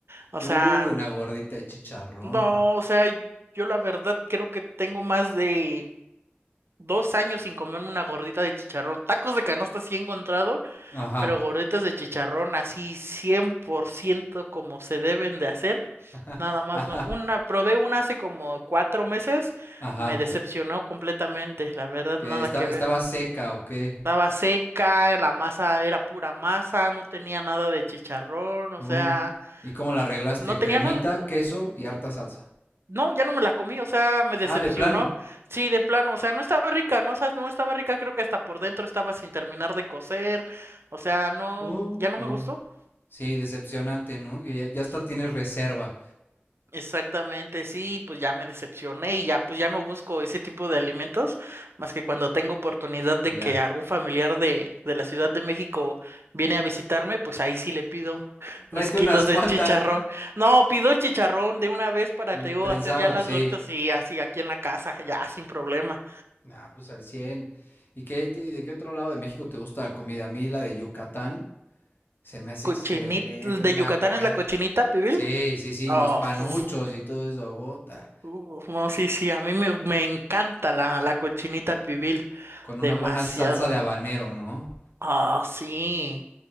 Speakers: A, on the right; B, on the left.
A: O
B: Uy,
A: sea,
B: una gordita de chicharrón.
A: no, o sea, yo la verdad creo que tengo más de dos años sin comerme una gordita de chicharrón. Tacos de canasta sí he encontrado,
B: Ajá.
A: pero gorditas de chicharrón así 100% como se deben de hacer.
B: <laughs>
A: Nada más
B: Ajá.
A: no. Una, probé una hace como cuatro meses,
B: Ajá.
A: me decepcionó completamente, la verdad,
B: Que
A: nada
B: esta-
A: que ver.
B: estaba seca o qué.
A: Estaba seca, la masa era pura masa, no tenía nada de chicharrón, o
B: Uh,
A: sea,
B: ¿Y cómo la arreglaste?
A: no tenía
B: Cremita,
A: nada.
B: queso y harta salsa.
A: No, ya no me la comí, o sea, me decepcionó.
B: Ah, de plano.
A: Sí, de plano, o sea, no estaba rica, no, o sea, no estaba rica, creo que hasta por dentro estaba sin terminar de cocer, o sea, no,
B: Uh,
A: ya no
B: uh.
A: me gustó.
B: Sí, decepcionante, ¿no? Que ya, ya hasta
A: Sí.
B: tienes reserva.
A: Exactamente, sí, pues ya me decepcioné y ya, pues ya no busco ese tipo de alimentos, más que cuando tengo oportunidad de
B: Ya.
A: que algún familiar de, de la Ciudad de México viene a visitarme, pues ahí sí le pido
B: Tráete
A: mis kilos
B: unas cuantas.
A: de chicharrón. No, pido el chicharrón de una vez para,
B: El
A: te digo,
B: prensado,
A: hacer ya las
B: sí.
A: gorditas y así aquí en la casa, ya sin problema.
B: Ah, pues al cien. ¿Y qué, te- de qué otro lado de México te gusta la comida? A mí la de Yucatán Se me hace
A: Cochinita,
B: excelente,
A: ¿de
B: una
A: Yucatán
B: buena.
A: es la cochinita, pibil?
B: Sí, sí, sí,
A: Oh,
B: los panuchos
A: uf,
B: y todo eso, bota.
A: uf, no, sí, sí, a mí me, me encanta la, la cochinita pibil,
B: Con una
A: demasiado.
B: buena salsa de habanero, ¿no?
A: Ah, sí.